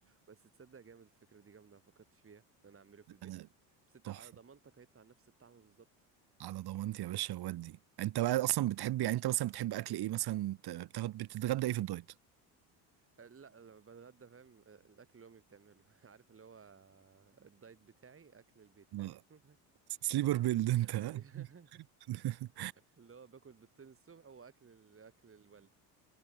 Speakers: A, on the right; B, on the right.
A: بس تصدق جامد الفكره دي جامده ما فكرتش فيها ان انا اعمله في
B: <laughs>
A: البيت
B: آه،
A: بس انت
B: تحفة
A: على ضمانتك هيطلع نفس الطعم بالظبط
B: على ضمانتي يا باشا ودي انت بقى اصلا بتحب يعني انت مثلا بتحب اكل ايه مثلا بت- بتاخد بتتغدى ايه في الدايت
A: آه، لا لما بتغدى فاهم آه، الاكل اللي امي بتعمله <laughs> عارف اللي هو الدايت بتاعي اكل البيت فاهم
B: آه،
A: <laughs>
B: سليبر بيلد انت ها؟
A: ايوه <laughs>
B: <laughs>
A: اللي هو باكل بيضتين الصبح واكل ال- اكل الوالده